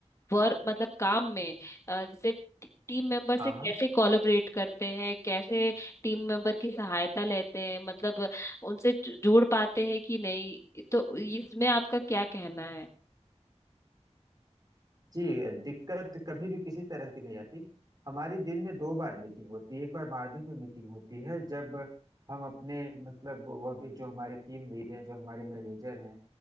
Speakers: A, on the left (about 25°); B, on the right (about 35°).
A: वर्क मतलब काम में अ, जैसे टी- टीम मेंबर
B: हाँ
A: से कैसे
B: हाँ
A: कोलैबोरेट करते हैं कैसे टीम मेंबर की सहायता लेते हैं मतलब उनसे जु- जुड़ पाते हैं कि नहीं तो इसमें आपका क्या कहना है
B: जी दिक्कत कभी भी किसी तरह की नहीं आती हमारी दिन में दो बार मीटिंग होती है एक बार मॉर्निंग में मीटिंग होती है जब हम अपने मतलब वह भी जो हमारे टीम लीड हैं जो हमारे मैनेजर हैं